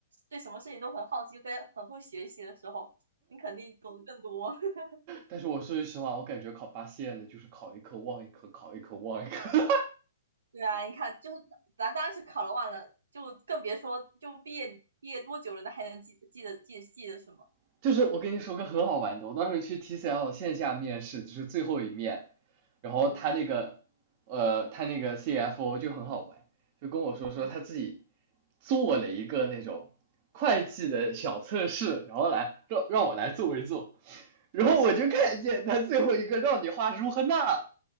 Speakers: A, on the right; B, on the right.
A: 对什么事情都很好奇，又在很会学习的时候，你肯定懂得更多。<laughs>
B: 但是我说句实话，我感觉考八线的就是考一科忘一科，考一科忘一科。
A: 对啊，你看，就是咱当时考了忘了，就更别说就毕业毕业多久了，那还能记得记得记得记得什么？
B: <laughs> 就是我跟你说个很好玩的，我当时去 TCL 线下面试，就是最后一面，然后他那个呃他那个
A: 嗯
B: CFO 就很好玩，就跟我说说他自己
A: 嗯
B: 做了一个那种会计的小测试，然后来让让我来做一做，<laughs> 然后我就看见他最后一个让你画如何那。